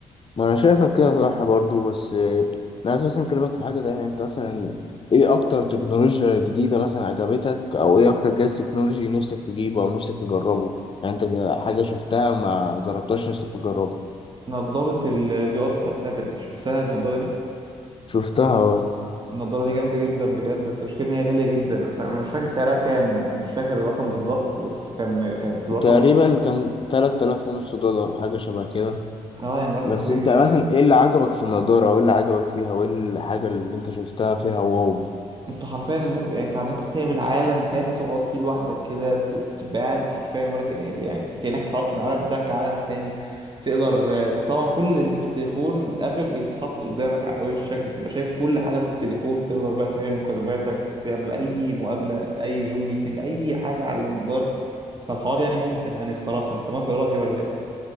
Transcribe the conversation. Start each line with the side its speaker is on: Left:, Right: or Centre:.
Left: ما انا شايفك كده صح برضو بس آه، انا اساسا كلمك في حاجه تانية انت مثلا ايه اكتر تكنولوجيا جديده مثلا عجبتك او ايه اكتر جهاز تكنولوجي نفسك تجيبه او نفسك تجربه يعني انت جا- حاجه شفتها ما جربتهاش نفسك تجربها
Right: نضاره الفي ار بتاعت ابل شفتها النضاره دي
Left: شفتها
Right: النضارة دي جامدة جدا بجد بس المشكلة إن هي غالية جدا أنا مش فا- أنا مش فاكر سعرها كام يعني أنا مش فاكر الرقم بالظبط بس كان كانت رقم
Left: تقريبا كان 3000 ونص دولار حاجه شبه كده
Right: اه يعني رقم
Left: بس
Right: كبير
Left: انت
Right: جدا
Left: مثلا ايه اللي عجبك في النضاره وايه اللي عجبك فيها وايه الحاجه اللي انت شفتها فيها واو
Right: أنت حرفيا ممكن يعني أنت ممكن تعمل عالم تاني تقعد فيه لوحدك كده ت- تبقى قاعد حرفيا ولا كأن- يعني كأنك اتحركت من العالم بتاعك لعالم تاني تقدر آه، طبعا كل اللي في التليفون الابل بيتحط قدامك على وشك بتبقى شايف كل حاجة في التليفون تقدر بقى تعمل مكالماتك تعمل أي مقابلة أي زوم ميتنج أي حاجة على النضارة فالحوار يعني ممتع يعني الصراحة انت موافق رأيي ولا ايه